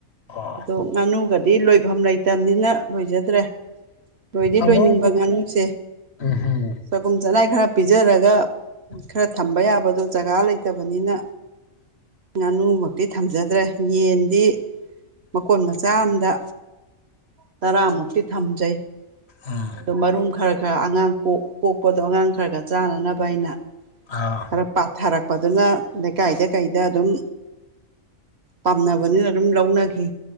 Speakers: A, on the left (about 50°); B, on the right (about 55°).
A: ꯑꯣ
B: ꯑꯗꯣ ꯉꯥꯅꯨꯒꯗꯤ ꯂꯣꯏꯐꯝ ꯂꯩꯇꯝꯅꯤꯅ ꯂꯣꯏꯖꯗ꯭ꯔꯦ ꯂꯣꯏꯗꯤ
A: ꯑꯃꯨꯛ
B: ꯂꯣꯏꯅꯤꯡꯕ ꯉꯥꯅꯨꯁꯦ
A: ꯎꯝ ꯍꯝ
B: ꯆꯒꯨꯝ ꯆꯅꯥꯏ ꯈꯔ ꯄꯤꯖꯔꯒ
A: <unintelligible>
B: ꯈꯔ ꯊꯝꯕ ꯌꯥꯕꯗꯣ ꯖꯒꯥ ꯂꯩꯇꯕꯅꯤꯅ ꯉꯥꯅꯨꯃꯛꯇꯤ ꯊꯝꯖꯗ꯭ꯔꯦ ꯌꯦꯟꯗꯤ ꯃꯀꯣꯟ ꯃꯆꯥ ꯑꯝꯗ ꯇꯔꯥꯃꯨꯛꯇꯤ ꯊꯝꯖꯩ
A: ꯑ
B: ꯑꯗꯣ ꯃꯔꯨꯝ ꯈꯔ ꯈꯔ ꯑꯉꯥꯡ ꯀꯣꯛ -ꯀꯣꯛꯄꯗꯣ ꯑꯉꯥꯡ ꯈꯔ ꯈꯔ ꯆꯥꯅꯅꯕ ꯑꯩꯅ
A: ꯑꯥ
B: ꯈꯔ ꯄꯥꯊꯔꯛꯄꯗꯨꯅ ꯂꯩꯀꯥꯏꯗ ꯀꯩꯗ ꯑꯗꯨꯝ ꯄꯥꯝꯅꯕꯅꯤꯅ ꯑꯗꯨꯝ ꯂꯧꯅꯈꯤ